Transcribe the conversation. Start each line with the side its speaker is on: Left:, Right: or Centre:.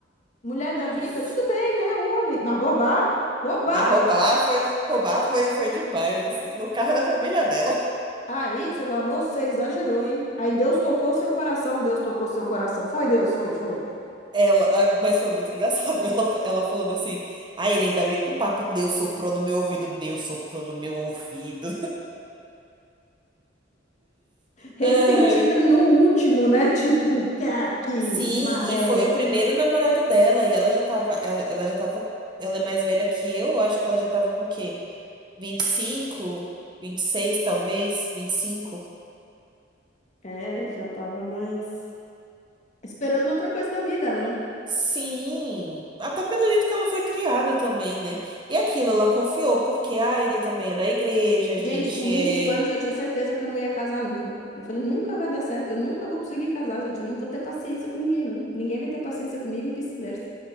Left: mulher da
Right: <laughs>
Left: vida, tudo bem, é homem, mas roubar, roubar.
Right: Mas roubar foi, roubar foi, foi demais, assim, no carro da família dela.
Left: Aí você fala, moço, você exagerou, hein? Aí Deus tocou seu coração, Deus tocou seu coração. Foi Deus, foi, foi.
Right: Ela, ah, mas foi muito engraçado <laughs> ela, ela falando assim. Aí ele ainda veio com papo, Deus soprou no meu ouvido, Deus soprou no meu ouvido.
Left: Ressentida
Right: <laughs> Ai.
Left: no último, né? <laughs> Tipo, que,
Right: Sim,
Left: que mané.
Right: e foi o primeiro namorado dela, e ela já tava, ela, ela já tava, ela é mais velha que eu, eu acho que ela já tava com o quê? vinte e cinco, 26 talvez, vinte e cinco
Left: É, já tava mais esperando outra coisa da vida, né?
Right: Sim, até pelo jeito que ela foi criada também, né? E aquilo, ela confiou, porque, ah, ele também é da igreja, a gente
Left: Gente, com 25
Right: é.
Left: anos eu tinha certeza que eu não ia casar nunca. Eu falei, nunca vai dar certo, eu nunca vou conseguir casar, gente. Eu não vou ter paciência com ninguém, não. Ninguém vai ter paciência comigo e vice-versa.